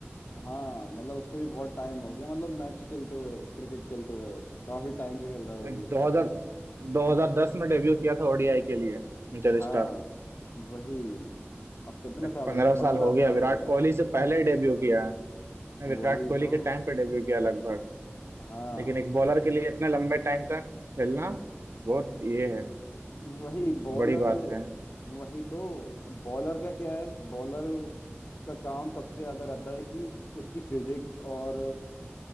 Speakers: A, on the left; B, on the right.
A: हाँ मतलब उसको भी बहुत टाइम हो गया मतलब मैच खेलते हुए क्रिकेट खेलते हुए काफी टाइम से खेल रहा है वो
B: लाइक
A: भी
B: 2000 2010 में डेब्यू किया था ओडीआई के लिए मिचेल
A: हाँ
B: स्टार्क
A: वही अब कितना
B: लाइक
A: साल
B: 15
A: हो गया
B: साल
A: पंद्रह
B: हो गया
A: साल
B: विराट
A: हो गया
B: कोहली से पहले डेब्यू किया है
A: वही
B: विराट कोहली
A: तो
B: के टाइम पे डेब्यू किया लगभग
A: हाँ
B: लेकिन एक बॉलर के लिए इतने लंबे टाइम तक खेलना बहुत ये
A: व-
B: है
A: वही बॉलर
B: बड़ी बात है
A: वही तो बॉलर का क्या है बॉलर का काम सबसे ज्यादा रहता है कि उसकी फिजिक्स और